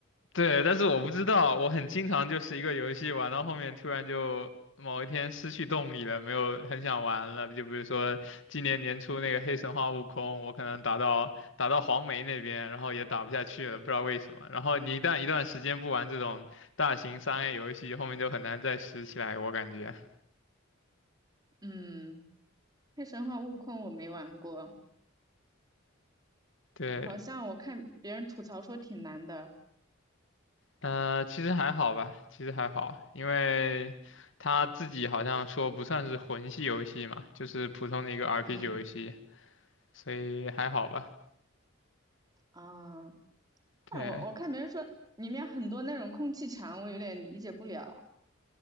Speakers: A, on the left; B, on the right.
A: 对，但是我不知道，我很经常就是一个游戏玩到后面，突然就某一天失去动力了，没有很想玩了。就比如说今年年初那个黑神话悟空，我可能打到打到黄梅那边，然后也打不下去了，不知道为什么。然后你一旦一段时间不玩这种大型三 A 游戏，后面就很难再拾起来，我感觉。
B: 嗯，黑神话悟空我没玩过，
A: 对，
B: 好像我看别人吐槽说挺难的。
A: 呃，其实还好吧，其实还好，因为他自己好像说不算是魂系游戏嘛，就是普通的一个 RPG
B: 嗯
A: 游戏。所以还好吧。
B: 啊，
A: 对
B: 但我我看别人说里面很多那种空气墙，我有点理解不了。